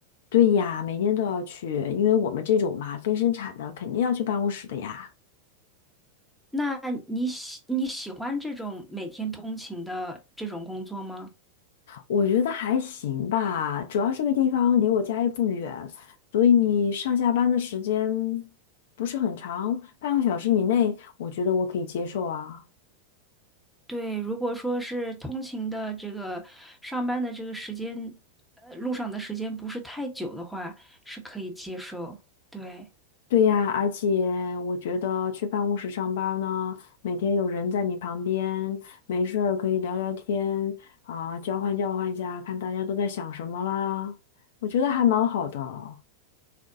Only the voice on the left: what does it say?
对呀，每天都要去，因为我们这种嘛，跟生产的肯定要去办公室的呀。
我觉得还行吧，主要这个地方离我家也不远，所以上下班的时间不是很长，半个小时以内，我觉得我可以接受啊。
对呀，而且我觉得去办公室上班儿呢，每天有人在你旁边，没事儿可以聊聊天啊，交换交换一下，看大家都在想什么啦。我觉得还蛮好的。